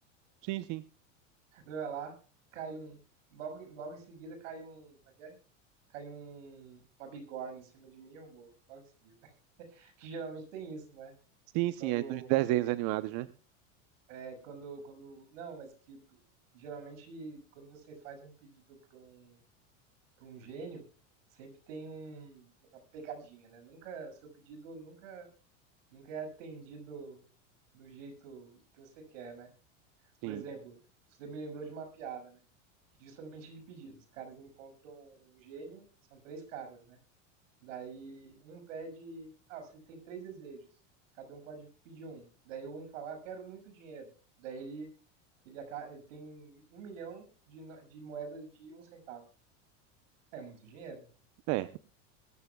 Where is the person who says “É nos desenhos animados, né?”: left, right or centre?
Right